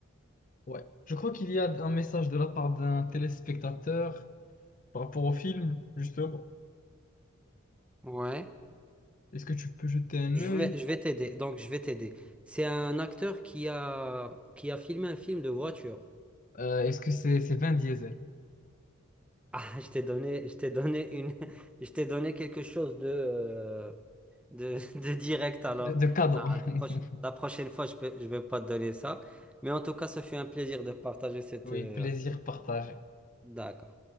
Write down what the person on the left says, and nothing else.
ouais. Je crois qu'il y a un message de la part d'un téléspectateur par rapport au film, justement.
Est-ce que tu peux jeter un
œil?
Euh, est-ce que c'est c'est Vin Diesel?
De, de cadeau.
<laughs>
Oui,
plaisir partagé.